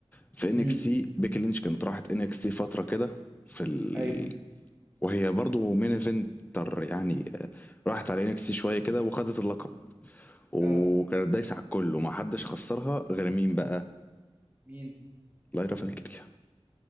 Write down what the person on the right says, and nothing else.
امم
ايوه
اه
مين